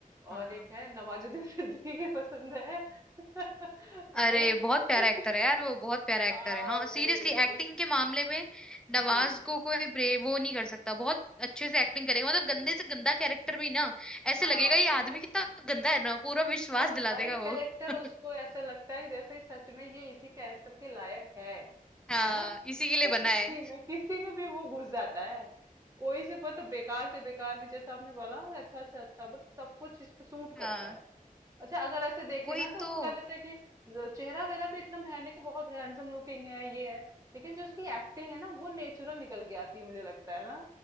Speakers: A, in the centre; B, on the right.
A: हाँ
B: और एक है नवाजुद्दीन <laughs> सिद्दीकी की पसंद है <laughs> है
A: अरे
B: ना
A: बहुत प्यारा
B: <laughs>
A: एक्टर है यार वो बहुत प्यारा एक्टर
B: हाँ
A: है हाँ सीरियसली
B: वही वही
A: एक्टिंग के मामले में
B: हम्म
A: नवाज को कोई ब्रे वो नहीं कर सकता बहुत अच्छे से एक्टिंग करेगा मतलब गंदे से गंदा कैरेक्टर भी ना ऐसे
B: हाँ
A: लगेगा ये
B: वो
A: आदमी कितना गंदा है ना पूरा विश्वास
B: और
A: दिला
B: हर
A: देगा
B: एक कैरेक्टर
A: वो <laughs>
B: उसको ऐसे लगता है कि जैसे सच में ये इसी कैरेक्टर के लायक है
A: हाँ
B: है ना
A: इसी के लिए
B: तो
A: बना
B: किसी
A: है
B: में किसी में भी वो घुस जाता है कोई से पता बेकार से बेकार भी जैसे आपने बोला अच्छा से अच्छा मतलब सब कुछ इस पे सूट
A: हाँ
B: करता है अच्छा अगर ऐसे देखे
A: वही
B: ना तो
A: तो
B: उसका जैसे कि चेहरा वेरा भी इतना है नहीं कि बहुत हैंडसम लुकिंग है ये है लेकिन जो उसकी एक्टिंग है ना वो नेचुरल निकल के आती है मुझे लगता है ना